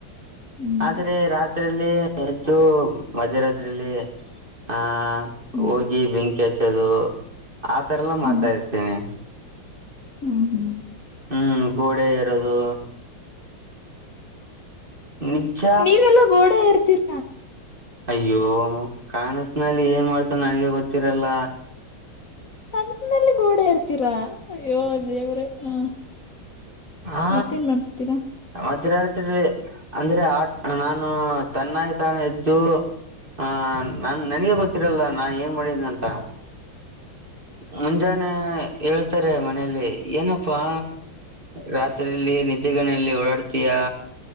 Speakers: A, on the left (about 45°); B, on the right (about 25°).
A: ಹ್ಮ್
B: ಆದ್ರೆ ರಾತ್ರಿ ಇದ್ರಲ್ಲಿ ಎದ್ದು ಮಧ್ಯರಾತ್ರಿಲ್ಲಿ ಆ
A: ಹ್ಮ್
B: ಹೋಗಿ ಬೆಂಕಿ ಬೆಂಕಿ ಹಚ್ಚದು ಆತರ ಎಲ್ಲ ಮಾಡ್ತಾ
A: ಹ್ಮ್
B: ಇರ್ತೀನಿ
A: ಹ್ಮ್ ಹ್ಮ್
B: ಹ್ಮ್ ಗೋಡೆ ಎರೋದು ನಿಜ
A: ನೀವೆಲ್ಲ ಗೋಡೆ ಎರ್ತೀರಿ
B: ಅಯ್ಯೋ ಕವಸನಲ್ಲಿ ಏನ್ ಮಾಡ್ತ ನನ್ಗೆ ಗೊತ್ತಿರಲ್ಲ
A: ಕನಸುನಲ್ಲಿ ಗೋಡೆ ಎರ್ತೀರಾ ಅಯೋ ದೇವ್ರ ಹ
B: ಹಾ
A: ಮತ್ತೇನ್ ಮಾಡ್ತೀರಾ
B: ಮಧ್ಯರಾತ್ಲಿ ಅಂದ್ರೆ ಆ ನಾನು ತನ್ನಾಗಿ ತಾನ ಎದ್ದು ಹ ನಾನ್ ನನಗೆ ಗೊತ್ತಿರಲ್ಲ ನಾನ್ ಏನ್ ಮಾಡಿದೀನಿ ಅಂತಾ ಮುಂಜಾನೆ ಹೇಳ್ತಾರೆ ಮನೇೆಯಲ್ಲಿ ಏನಪ್ಪಾ ರಾತ್ರಿಲ್ಲಿ ನಿದ್ದೆಗನೆಯಲ್ಲಿ ಓಡಾಡ್ತಯಾ